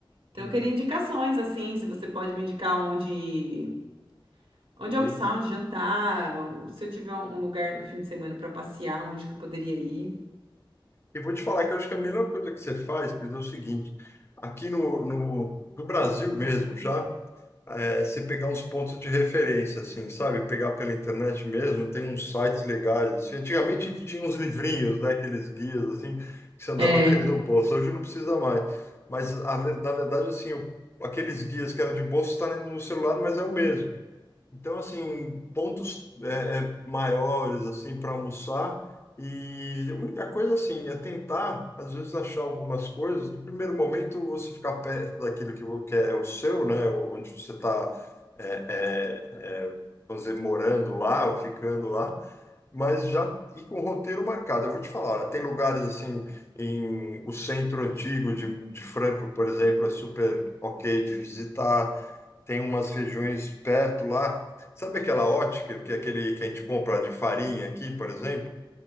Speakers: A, on the right; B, on the left.
A: Então,
B: Uhum.
A: eu queria indicações, assim, se você pode me indicar onde, onde almoçar,
B: Sim.
A: onde jantar, ou se eu tiver um lugar no fim de semana para passear, onde que eu poderia ir.
B: E vou te falar que eu acho que a melhor coisa que você faz, Pedro, é o seguinte, aqui no, no, no Brasil mesmo já, é, você pegar uns pontos de referência, assim, sabe? Pegar pela internet mesmo, tem uns sites legais, assim. Antigamente tinha uns livrinhos, né? Aqueles guias, assim, que você andava
A: É,
B: <laughs> querendo no bolso. Hoje não precisa mais. Mas, a, ver- na verdade, assim, o- aqueles guias que eram de bolso está no celular, mas é o mesmo. Então, assim, pontos é, é, maiores, assim, para almoçar. E a única coisa, assim, é tentar, às vezes, achar algumas coisas. No primeiro momento, você ficar perto daquilo que, vo- que é o seu, né? Onde você está, é, é, é, vamos dizer, morando lá ou ficando lá. Mas já ir com o roteiro marcado. Eu vou te falar, olha, tem lugares, assim, em o centro antigo de, de Franco, por exemplo, é super ok de visitar tem umas regiões perto lá. Sabe aquela ótica, que é aquele que a gente compra de farinha aqui, por exemplo?